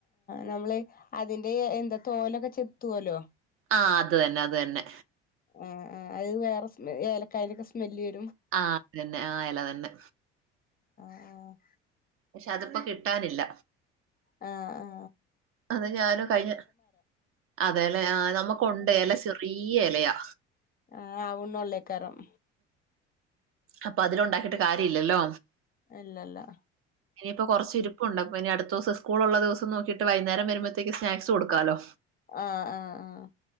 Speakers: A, on the left; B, on the right.
A: നമ്മള് അതിന്റെ എഎന്താ തോലൊക്കെ ചെത്തുവല്ലോ
B: ആ അത് തന്നെ അത് തന്നെ
A: ആ ആ അത് വേറെ സ്മെ ഏലക്കായ്നൊക്കെ സ്മെല്ല് കി
B: ആ അതന്നെ ആഎലതന്നെ
A: ആ
B: പക്ഷെ അതിപ്പോ കിട്ടാനില്ല
A: ആ ആ
B: അത് ഞാനും കഴിഞ്ഞ അതേല്ലേ ആ നമുക്കൊണ്ട്
A: ആഹ്
B: എല ചെറിയ ഏലയാ
A: ആഹ് ആവുന്നൊള്ളേക്കാരം
B: അപ്പൊ അതിലൊണ്ടാക്കിയിട്ട് കാര്യ ഇല്ലല്ലോ
A: ഇല്ലല്ലാ
B: ഇനിയിപ്പൊ കൊറച്ചിരിപ്പൊണ്ട് പ്പഇനി അടുത്തോസം സ്കൂളൊള്ള ദിവസം നോക്കിയിട്ട് വൈന്നേരം വരുമ്പത്തേക്ക് സ്നാക്സ് കൊടുക്കാലോ
A: ആഹ് ആഹ് ആഹ്